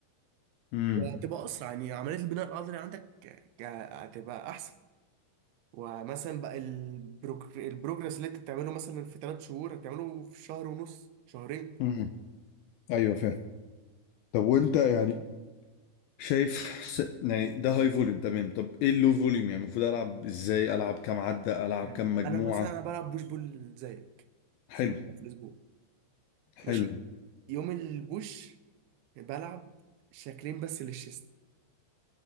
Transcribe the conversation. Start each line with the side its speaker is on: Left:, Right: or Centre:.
Left: امم
Right: وهتبقى اسرع يعني عملية البناء العضلي عندك ك- هتبقى احسن ومثلا بقى البروج... البروجرس اللي انت بتعمله مثلا في ثلاث شهور هتعمله في شهر ونص شهرين
Left: امم ايوه فاهم طب وانت يعني شايف س- يعني ده هاي فوليوم تمام طب ايه اللو فوليوم يعني المفروض العب ازاي العب كام عده العب
Right: يعني
Left: كام مجموعه
Right: انا مثلا انا بلعب بوش بول زيك
Left: حلو
Right: ست أيام في الاسبوع ماشي
Left: حلو
Right: يوم البوش بلعب شكلين بس للشيست